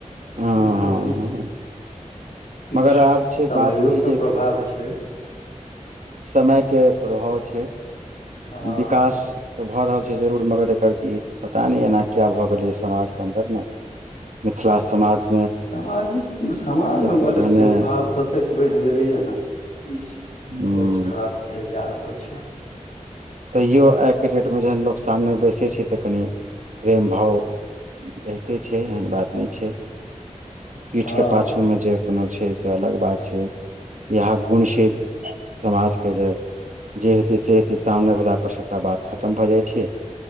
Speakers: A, on the right (about 70°); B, on the left (about 80°).
A: हँ हँ
B: ईसभ चीज
A: हँ
B: किछु
A: मगर आब छै
B: समयोकेॅं
A: बात ई
B: प्रभाव छै
A: समयके प्रभाव छै,
B: हँ
A: विकास तऽ भऽ रहल छै जरूर मगर एकर ई पता नहि एना किए भऽ गेलैए समाजकेॅं अन्दरमे? मिथिला समाज
B: सामाजिक, समाजमे
A: एतेक
B: बड्ड
A: पहिने
B: भेदभाव ततेक बढ़ि गेलैए ने, ई
A: हूँ
B: बहुत खराब भेल जा रहल छै।
A: तैओ आइके डेटमे जखन लोक सामने बैसै छै तँ कनि प्रेम-भाव रहिते छै एहन बात नहि छै पीठ
B: हँ
A: के पा छू मे जे कोनो छै से अलग बात छै इह गुण छै समाज के जे जे हेतै से हेतय सामने भेला पर सबटा बात खतम भऽ जाइ छै